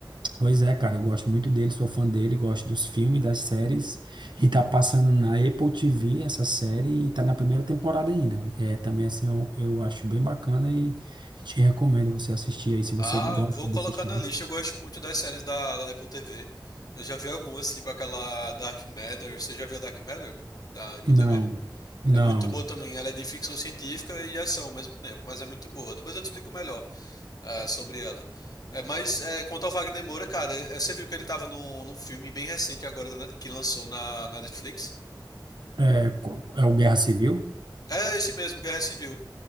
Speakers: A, on the right; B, on the left.
A: pois é, cara, eu gosto muito dele, sou fã dele, gosto dos filmes, das séries. E tá passando na Apple TV essa série e tá na primeira temporada ainda. É, também, assim, eu, eu acho bem bacana e te recomendo você assistir aí, se você
B: Ah,
A: gosta
B: vou
A: de
B: colocar
A: assistir.
B: na lista. Eu gosto muito das séries da, da Apple TV. Eu já vi algumas, tipo aquela Dark Matter. Você já viu a Dark Matter da Apple
A: Não,
B: TV?
A: não.
B: É muito boa também. Ela é de ficção científica e ação ao mesmo tempo, mas é muito boa. Depois eu te explico melhor. é, sobre ela. É, mas é, quanto ao Wagner Moura, cara, é, você viu que ele tava no, num filme bem recente agora né, que lançou na, na Netflix?
A: É, co- é o Guerra Civil?
B: É esse mesmo, Guerra Civil.